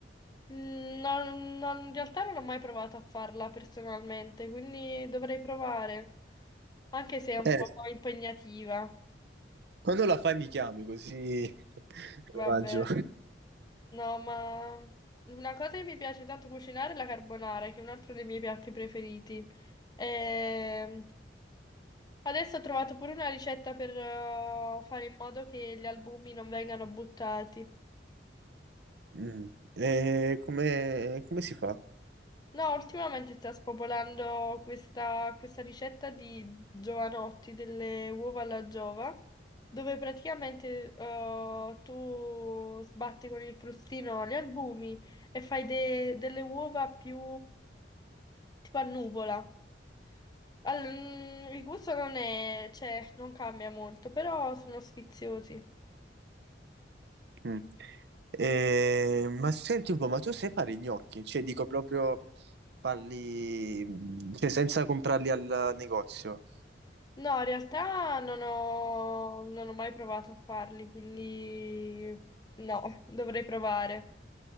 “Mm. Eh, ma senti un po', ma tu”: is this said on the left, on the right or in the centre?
Right